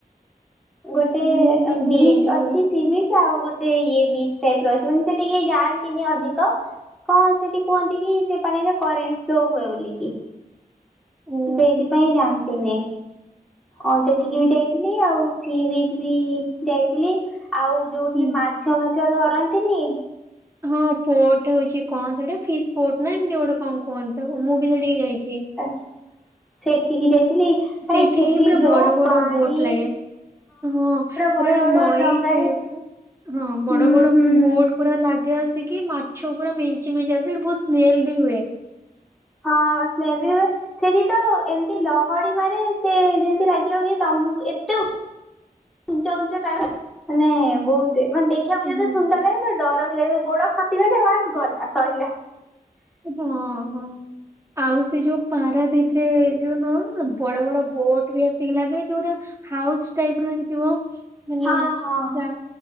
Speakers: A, in the centre; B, on the right.
A: ଗୋଟେ
B: ମୁଁ ବି ସେ
A: ବିଚ୍
B: ଯୋଉ
A: ଅଛି ସି ବିଚ୍ ଆଉ ଗୋ ଟେ ଇଏ ବିଚ୍ ଟାଇପ୍ ର ଅଛି ମାନେ ସେଠି କେଇ ଯାଆନ୍ତିନି ଅଧିକ। କଁ ସେଠି କୁହନ୍ତି କି ସେ ପାଣିରେ କରେଣ୍ଟ୍ ଫ୍ଲୋ ହୁଏ ବୋଲିକି।
B: ଓ
A: ସେଇଥିପାଇଁ
B: ହୋ
A: ଯାଆନ୍ତିନି ଆଉ ସେଠିକି
B: ଓ
A: ବି
B: ହୋ
A: ଯାଇଥି ଲି ଆଉ ସି ବିଚ୍ ବି ଯାଇଥିଲି ଆଉ ଯୋଉଠି
B: ହୁଁ
A: ମାଛ ଭାଛ ଯୋଉ ଧରନ୍ତିନି।
B: ହଁ ପୋର୍ଟ ଅଛି କଁ ସେଟା ଫିସ୍ ପୋର୍ଟ ନା ଏମତି ଗୋଟେ କଁ କୁହନ୍ତି ତାକୁ ମୁଁ ବି ସେଠିକି ଯାଇଚି।
A: ଆସ୍ ସେଠିକି ଯାଇଥିଲି।
B: ସେଠି
A: ଭାଇ
B: ପୁରା ବଡ
A: ଯୋଉ
B: ବଡ
A: ପାଣି
B: ବୋଟ ଲାଗେ। ହଁ ପୁରା
A: ବଡ
B: ନଈ
A: ବଡ ଡଙ୍ଗାରେ
B: ଟାଇପର ହଁ
A: ହୁଁ
B: ବଡ ବଡ
A: ହୁଁ।
B: ବୋଟ୍ ପୁରା ଲାଗେ ଆସିକି ମାଛ ପୁରା ମେଞ୍ଚେ ମେଞ୍ଚେ ଆସେ ବହୁତ୍ ସ୍ମେଲ ବି ହୁଏ।
A: ହଁ ସ୍ମେଲ ବି ଉଏ। ସେଠି ତ ଏମତି ଲହଡି ମାରେ ସେ ଯେମିତି ଲାଗିବ କି ତମକୁ ଏତେ ଉଞ୍ଚା ଉଞ୍ଚା <unintelligible> ମାନେ ବହୁତୁ ଏ ମାନେ ଦେଖିଆକୁ
B: ହୁଁ
A: ଯେତେ ସୁନ୍ଦର ଲାଗେ ତା ଡର ବି ଲାଗେ ଗୋଡ ଖସିଗଲେ ୱାନ୍ସ୍ ଗଲା ସହିଲା।
B: ହଁ ହଁ ଆଉ ସେ ଯୋଉ ପାରାଦୀପ୍ କ୍ରେ ଯଉ ନୁଅ ବଡ ବଡ ବୋଟ ବି ଆସିକି ଲାଗେ ଯୋଉରା ହାଉସ୍ ଟାଇପ୍ ର ହେଇଥିବ ମାନେ
A: ହଁ ହଁ
B: ଯା